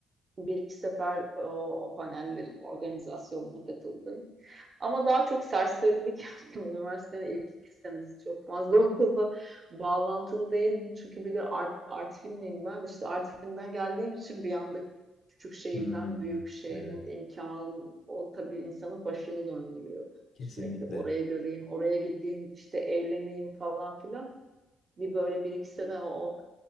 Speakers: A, on the right (about 35°); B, on the left (about 60°).
A: bir iki sefer o, o panellerin organizasyonuna katıldım. Ama daha çok serserilik <laughs> yaptım. Üniversitenin ilk iki senesi çok fazla <laughs> okulla bağlantılı değildim. Çünkü bir de art, art filmliyim ben. İşte art filmden geldiğim için bir anda küçük şehirden
B: Hmm,
A: büyük şehrin
B: evet,
A: imkanı o tabii insanın başını döndürüyor.
B: kesinlikle.
A: Sürekli oraya göreyim, oraya gideyim, işte eğleneyim falan filan bir böyle bir iki sene o, o